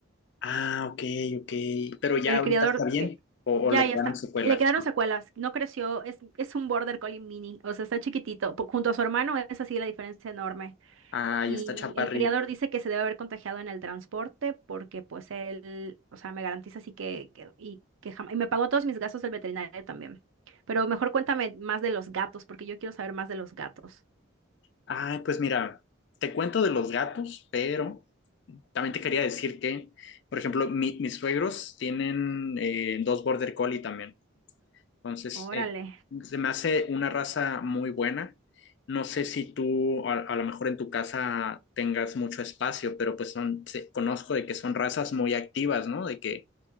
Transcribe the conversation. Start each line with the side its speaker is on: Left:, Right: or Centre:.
Left: Ah, ok, ok. Pero ya
Right: el
Left: ahorita
Right: criador,
Left: está bien
Right: eh,
Left: o, o
Right: ya,
Left: le
Right: ya
Left: quedaron
Right: está.
Left: secuelas.
Right: Le quedaron secuelas, no creció, es, es un border collie mini, o sea, está chiquitito. Po- Junto a su hermano es así la diferencia enorme.
Left: Ay,
Right: Y
Left: está chaparrito.
Right: el criador dice que se debe haber contagiado en el transporte porque pues él, o sea, me garantiza así que, que- y que jamás, y me pagó todos mis gastos del veterinario también. Pero mejor cuéntame más de los gatos, porque yo quiero saber más de los gatos.
Left: Ay, pues mira, te cuento de los gatos, pero también te quería decir que, por ejemplo, mi- mis suegros tienen eh, dos border collie también. Entonces,
Right: Órale.
Left: eh, se me hace una raza muy buena. No sé si tú a, a lo mejor en tu casa tengas mucho espacio, pero pues son, se- conozco de que son razas muy activas, ¿no? De que